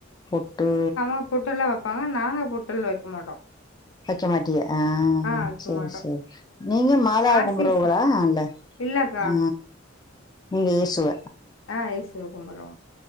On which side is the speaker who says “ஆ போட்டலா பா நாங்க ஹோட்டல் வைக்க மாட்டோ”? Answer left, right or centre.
Left